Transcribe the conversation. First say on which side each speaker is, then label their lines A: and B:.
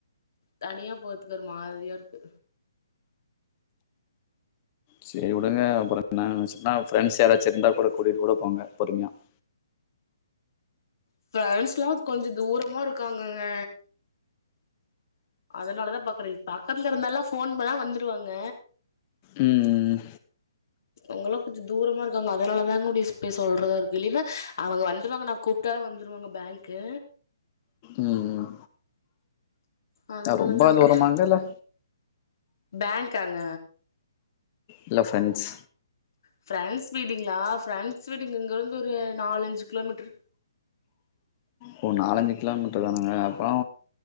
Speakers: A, on the left; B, on the left.
A: தனியா போற்துக்கு ஒரு மாரியா இருக்கு
B: செரி வுடுங்க அப்றோ <unintelligible> கலிச்சு ஃப்ரெண்ட்ஸ் யாராச்சு இருந்தா கூட கூட்டிட்டு கூட போங்க பொறுமையா <inaudible>
A: ஃப்ரென்ஸ்ல்லா கொஞ்ச தூரமா இருக்காங்குங்க அதனாலதா பாக்குறே பக்கத்துல இருந்தால்லா ஃபோன் பண்ணா வந்துருவாங்க
B: ம் ம் ம்
A: அவங்கெல்லா கொஞ்ச தூரமா இருக்காங்க அதனால தாங்க <unintelligible> சொல்றதா இருக்கு இல்லின்னா அவங்க வந்துருவாங்க நா கூப்ட்டா வந்துருவாங்க பேங்க்கு
B: ம் ம்
A: அதனால
B: ரொம்ப
A: தா
B: தூரமாங்க இல்ல
A: பேங்க்காங்க
B: இல்ல ஃப்ரெண்ட்ஸ்
A: ஃப்ரெண்ஸ் வீடுங்ளா ஃப்ரெண்ஸ் வீடு இங்க இருந்து ஒரு நாலுஞ்சு கிலோ மீட்டரு
B: ஓ நாலஞ்சு கிலோ மீட்டரு தானுங்க அப்பனா